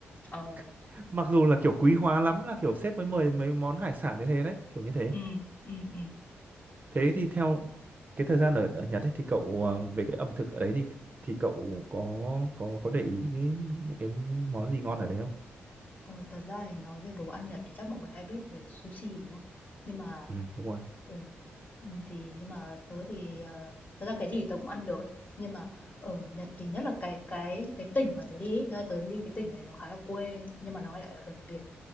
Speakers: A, on the left; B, on the right.
A: ờ,
B: <laughs> mặc dù là kiểu quý hóa lắm là kiểu sếp mới mời mấy món hải sản như thế đấy kiểu như thế
A: ừ ừ ừ.
B: thế thì theo cái thời gian ở ở Nhật ấy thì cậu ờ, về cái ẩm thực ở đấy thì thì cậu có có có để ý những, những cái món gì ngon ở đấy không
A: Ờ, thật ra thì nói về đồ ăn Nhật thì chắc mọi người hay biết về sushi đúng không? Nhưng mà
B: ừ đúng rồi
A: ừ, ừ, thì nhưng mà tớ thì ờ, thật ra cái gì tớ cũng ăn được ấy. Nhưng mà ở Nhật thì nhất là cái cái cái tỉnh mà tớ đi ấy, tớ đi cái tỉnh này nó khá là quê nhưng mà nó lại là gần biển.